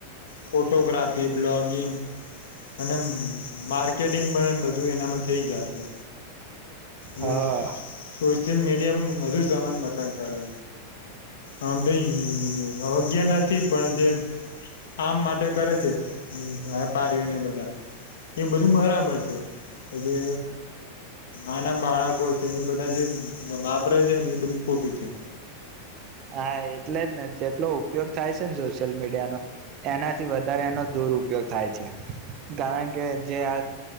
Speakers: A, on the left; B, on the right.
A: ફોટોગ્રાફી બ્લોગિંગ અને મા ર્કેટિંગ પણ એમ બધું એનામાં થઇ જશે
B: હા
A: હ શું શિયલ મીડિયા પણ વધુ સમાન મસાજ કરે. આમ તો યોગ્ય નથી પણ જે આમ માટે કરે છે વેપારીઓને બધા એ બધું બરાબર છે કે જે આના બાળકો છે એની બધા જે વાપરે છે ને એ બધું ખોટું છે.
B: હા એટલે જ ને જેટલો ઉપયોગ થાય છે ને સોશિયલ મીડિયાનો એનાથી વધારે એનો દુરપયોગ થાય છે કારણ કે જે આ